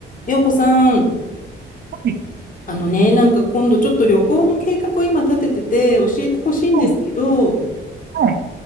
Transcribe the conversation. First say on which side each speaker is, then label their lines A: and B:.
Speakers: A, on the left (about 40°); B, on the right (about 60°).
A: ようこさん、
B: はい、
A: あのね、なんか今度ちょっと旅行の計画を今立ててて教えてほしいんですけど、
B: はい、はい、